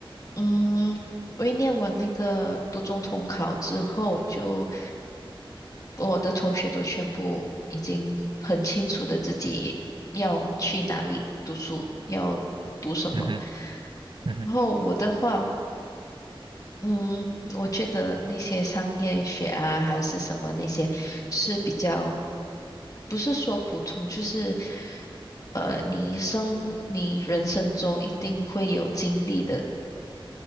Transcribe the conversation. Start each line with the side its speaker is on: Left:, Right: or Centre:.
Left: 嗯，我一念完那个读中统考之后，就我的同学都全部已经很清楚的自己要去哪里读书，要读什么。
Right: 嗯哼。嗯哼
Left: 然后我的话，嗯，我觉得那些商业学啊，还是什么那些是比较，不是说普通，就是呃，你生你人生中一定会有经历的